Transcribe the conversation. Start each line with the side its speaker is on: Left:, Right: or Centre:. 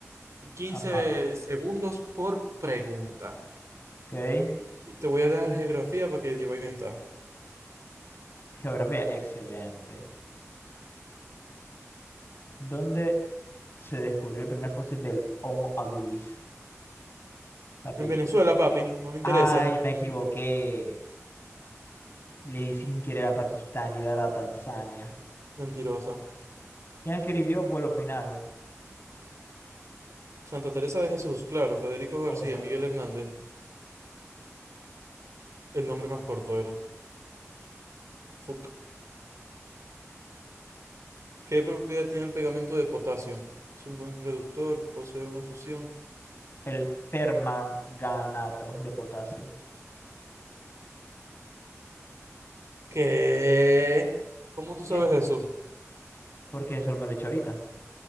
Right: quince
Left: Ajá.
Right: segundos por pregunta.
Left: Ok.
Right: Y, y te voy a dejar geografía para que llevéis ventaja.
Left: Geografía, excelente. ¿Dónde se descubrió el primer fósil del Homo habilis? Papi.
Right: En Venezuela, papi, no me interesa.
Left: Ay, me equivoqué. Le di sin querer a Pakistán, le iba a dar a Tanzania.
Right: Mentirosa.
Left: ¿Quién escribió Vuelo Final?
Right: Santa Teresa de Jesús, claro, Federico García,
Left: Obvio.
Right: Miguel Hernández. El nombre más corto era. Fuck. ¿Qué propiedad tiene el pegamento de potasio? Es un buen reductor, posee una fusión.
Left: el permanganato de potasio.
Right: ¿Qué? ¿Cómo tú sabes
Left: ¿Qué?
Right: eso?
Left: Porque eso me lo he hecho ahorita.